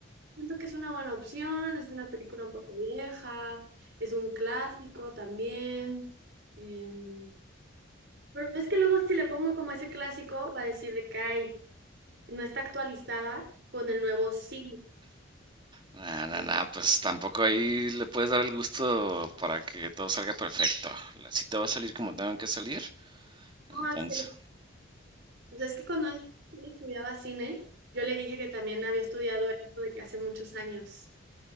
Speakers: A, on the right; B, on the right.
A: siento que es una buena opción, es una película un poco vieja, es un clásico también. em, pero es que luego si le pongo como ese clásico, va a decir de que "Ay, no está actualizada con el nuevo cine.
B: Nah, nah,
A: No,
B: nah, pues tampoco ahí le puedes dar el gusto para que todo salga perfecto. La cita va a salir como tengan que salir. Entonces,
A: Axel, es que... O sea, es que cuando él estudiaba cine, yo le dije que también había estudiado esto de que hace muchos años.